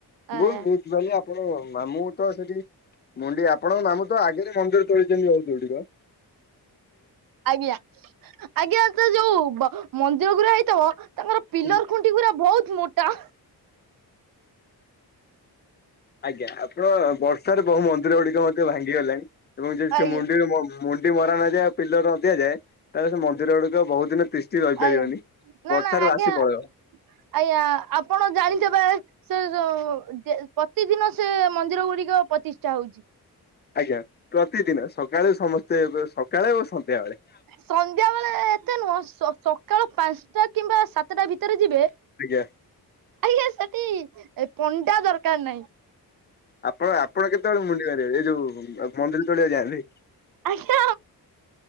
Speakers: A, on the right; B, on the left.
A: ଆୟା
B: ବହୁତ ବହୁତ। ମୁଁ କହିଲେ ଆପଣ ମାମୁଁ ତ ସେଠି ମୁଣ୍ଡି ଆପଣଙ୍କ ମାମୁ ତ ଆଗରେ ମନ୍ଦିର ତଳିଛନ୍ତି ବୋହୁତ ଗୁଡ଼ିକ।
A: ଆଜ୍ଞା। ଆଜ୍ଞା ତ ଯୋଉ ମନ୍ଦିର ଗୁରା ହେଇଥିବ ତାଙ୍କର ପିଲର
B: ହୁଁ।
A: ଖୁଣି ଟି ପୁରା ବହୁତ ମୋଟା।
B: ଆଜ୍ଞା ଆପଣଙ୍କର ବର୍ଷାରେ ବହୁ ମନ୍ଦିର ଗୁଡିକ ମଧ୍ୟ ଭାଙ୍ଗିଗଲାଣି। ଏବଂ ଯଦି
A: ଆଜ୍ଞା
B: ସେ ମୁଣ୍ଡିରୁ ମୁଣ୍ଡି ମ ମାରା ନଯାଏ ପିଲ ନ ଦିଆଯାଏ ତାହେଲେ ସେ ମନ୍ଦିର ଗୁଡିକ ବହୁତ ଦିନ ତିସ୍ କି ରହିପାରିବନି
A: ଆଜ୍ଞା ନା
B: ବର୍ଷାରୁ
A: ନା ଆଜ୍ଞା
B: ଭାସି ପଳେଇବ।
A: ଆଜ୍ଞା ଆପଣ ଜାଣିଥିବେ। ସେ ଯଉ ଡେ ପ୍ରତିଦିନ ସେ ମନ୍ଦିର ଗୁଡିକ ପ୍ରତିଷ୍ଠା ହଉଛି।
B: ଆଜ୍ଞା ପ୍ରତିଦିନ ସକାଳେ ସମସ୍ତେ ସକାଳେ ଓ ସନ୍ଧ୍ୟାବେଳେ।
A: ସନ୍ଧ୍ୟା ବେଳେ ଏତେ ନୁହଁ ସ-ସକାଳ ପାଞ୍ଚଟା କିମ୍ବା ସାତଟା ଭିତରେ ଯିବେ
B: ଆଜ୍ଞା।
A: ଆଜ୍ଞା ସେଠି ପଣ୍ଡା ଦରକାର ନାହିଁ।
B: ଆପଣ ଆପଣ କେତେବେଳେ ମୁଣ୍ଡି ମାରିବେ ଏଇ ଯୋଉ ମନ୍ଦିର ତୋଳିବାକୁ ଯାଆନ୍ତି?
A: ଆଜ୍ଞା